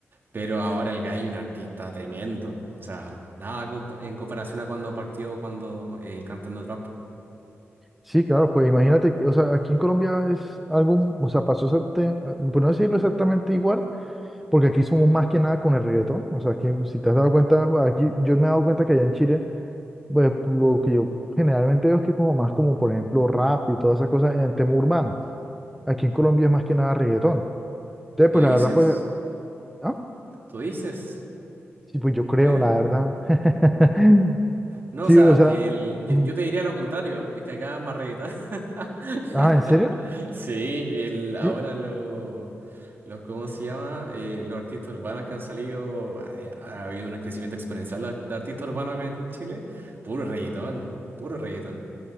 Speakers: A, on the right (about 45°); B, in the centre.
A: Pero ahora el gallo es un artista tremendo, o sea, nada compa- en comparación a cuando partió, cuando eh, cantando trap.
B: Sí, claro, pues imagínate, o sea, aquí en Colombia es algo, o sea, pasó exactamente, por no decirlo exactamente igual, Porque aquí somos más que nada con el reggaetón. O sea, que si te has dado cuenta, bueno, aquí yo me he dado cuenta que allá en Chile, pues lo que yo generalmente veo es que es como más como, por ejemplo, rap y todas esas cosas en el tema urbano. Aquí en Colombia es más que nada reggaetón. Entonces,
A: ¿Tú
B: pues
A: dices?
B: la verdad, pues, ah,
A: ¿Tú dices?
B: sí, pues yo creo,
A: Mira.
B: la verdad. <laughs>
A: No,
B: Sí,
A: o sea,
B: o sea.
A: el, yo,
B: mm.
A: yo te diría lo contrario, es que acá es más reggaetón. <laughs>
B: Ah, ¿en serio?
A: Sí, el, ahora
B: Sí.
A: lo- los, ¿cómo se llama? Eh, los artistas urbanos que han salido, ha, ha habido un crecimiento exponencial de, de artistas urbanos acá en Chile. Puro reggaetón, puro reggaetón.